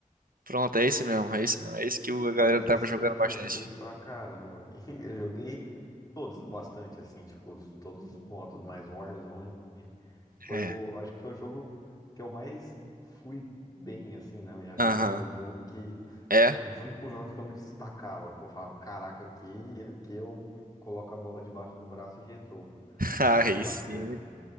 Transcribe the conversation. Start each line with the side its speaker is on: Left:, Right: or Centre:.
Right: Pronto, é esse mesmo, é esse mesmo. É esse que o-
Left: Cara,
Right: a galera
Left: esse
Right: tava jogando
Left: eu joguei
Right: bastante.
Left: pra caramba. <laughs> E eu joguei todos bastante, assim, tipo, os- todos os modos, mas o Warzone foi
Right: É.
Left: o. Acho que foi o jogo que eu mais fui bem, assim, na minha vida,
Right: Aham.
Left: sabe? O jogo que
Right: É?
Left: Um dos únicos jogos que eu me destacava, que eu falava, caraca, aqui, aqui eu coloco a bola debaixo do braço e resolvo
Right: <laughs>
Left: é,
Right: Aí
Left: as
Right: sim.
Left: coisas.